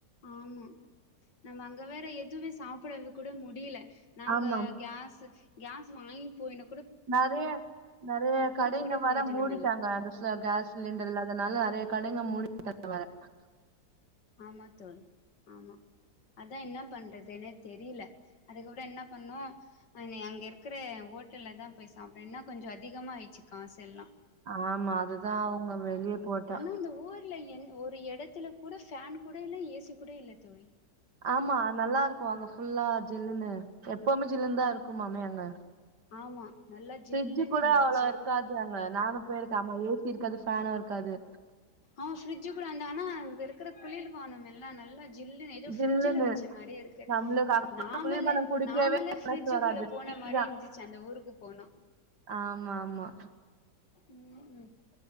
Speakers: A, on the left; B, on the right.
A: ஆமா நம்ம அங்க வேற எது எதுமே சாப்புறது கூட முடில நாங்க
B: ஆமா
A: கேஷூ கேஸ் வாங்கின் போய்னு
B: நெறய நெறய கடைங்க
A: கூட
B: வர
A: புரோஜனம்
B: மூடிட்டாங்க
A: இல்ல
B: <unintelligible> அந்த கேஸ் சிலிண்டர் இல்லாதனால நறைய கடைங்க மூடி <unintelligible>
A: ஆமா தோழி ஆமா அதா என்ன பண்றதுன்னே தெரில அதுக்கப்ரோ என்ன பண்ணோ அங்க இருக்குற ஓட்டல்ல தா போய் சாப்ட என்னா கொஞ்சோ அதிகமாச்சு காசெல்லா
B: ஆமா அதுதா அவங்க வெளியே போட்டா
A: ஆனா அந்த ஊர்ல என் ஒரு எடத்துல கூட ஃபேன் கூட இல்ல ஏசி கூட இல்ல தோழி
B: ஆமா நல்லாருக் க்கு அங்க ஃபுல்லா ஜில்லுன்னு எப்பமே ஜில்லுன் தா இருக்குமாமே அங்க
A: ஆமா நல்லா
B: ஃப்ரிட்ஜு
A: ஜில்லுன்னு
B: கூட
A: இருந்துச்சு
B: அவ்ளோ இருக்காது அங்க நானு போயிருக்க ஆமா ஏசி இருக்காது ஃபேனு இருக்காது
A: ஆ ஃபிரிட்ஜ் கூட அந்த ஆனா அங்க இருக்குற குளிர் பானம் எல்லா நல்லா ஜில்லுன்னு ஏதோ ஃபிரிட்ஜ்ல
B: ஜில்லுன்னு
A: வச்ச மெரியே இருக்கு
B: நம்மளுக்கு அங்க
A: நாமலே
B: குளிர்பானோ குடிக்கவே
A: நாமலே ஃப்ரிட்ஜுக்குள்ள
B: மனசு வராது
A: போன
B: டீ
A: மாரி
B: தா
A: ந்துச்சு அந்த ஊருக்கு போனா
B: ஆமா ஆமா
A: ம் ம்